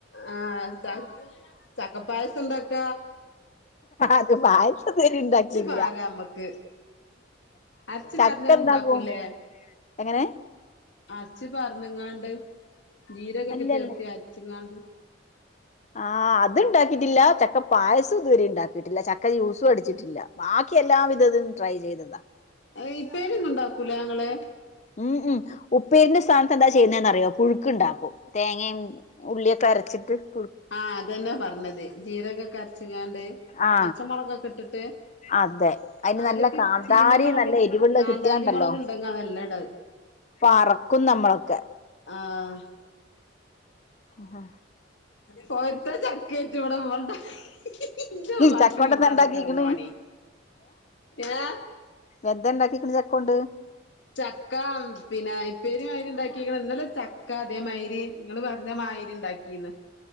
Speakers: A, on the left; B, on the left.
A: ആ ചക്കപ്പായസണ്ടാക്കാ...
B: അത് പായസെതെരീം ണ്ടാക്കീല്ലാ
A: പാരാ നമ്മക്ക് അരച്ച്
B: ചക്കന്താകും
A: പാർന്ന്ങ്ങാണ്ട് ഇണ്ടാക്കൂല്ലേ
B: എങ്ങനെ?
A: അരച്ച് പർന്ന്ങ്ങാണ്ട് ജീരകൊക്കെ
B: അല്ലല്ല
A: ചേർത്തി അരച്ച്ങ്ങാണ്ട്
B: ആ... അത്ണ്ടാക്കീട്ടില്ല ചക്ക പായസം ഇതുവരേം ണ്ടാക്കിട്ടില്ല ചക്ക ജൂസുഅടിച്ചിട്ടില്ല ബാക്കി എല്ലാ വിധതും ട്രൈ ചെയ്തതാ
A: അല്ലെ ഇപ്പേരിയൊന്നുണ്ടാക്കൂലെ ങ്ങള്
B: ഉം ഉം ഉപ്പേരിന്റെ സ്ഥാനതെന്താ ചെയ്യല്ന്ന്റിയോ പുഴുക്കുണ്ടാക്കും തേങേ ഉള്ളിയൊക്കെ അരച്ചിട്ട് <unintelligible>
A: ആ.. അതന്നെ പറഞ്ഞത് ജീരകൊക്കരച്ച്ങ്ങാണ്ട്
B: ആ
A: പച്ചമൊളകക്കെ ഇട്ട്ട്ട്
B: അതെ അതിന്
A: അതില്ക്ക്
B: നല്ല കാന്താരി
A: ചീനമൊളക്
B: നല്ല എരിവുള്ള
A: കാന്താരി
B: കിട്ടിയാണ്ടല്ലോ
A: മുളക്ണ്ടെങ്കിഅതെല്ലഡാ..
B: പറക്കും നമ്മളൊക്കെ
A: ആ....
B: ആഹാ <unintelligible>
A: പൊവ്ത്ത ചക്കേയ്റ്റ്വ്ടണ്ടാ ന്റെമ്മാക്ക്
B: ചക്കോണ്ട്
A: പിന്നതക്ക
B: എന്താ ഇണ്ടാക്കിക്ക്ണ്
A: പണി ഏ...
B: എന്തണ്ടാക്കീക്ക്ണ് ചക്കോണ്ട്.
A: ചക്കാ പിന്നെ <inaudible> <unintelligible> ഇന്നല ചക്ക അതേമാരി ഇങ്ങള് പറഞ്ഞമായിരി ഇണ്ടാക്കീന്ന്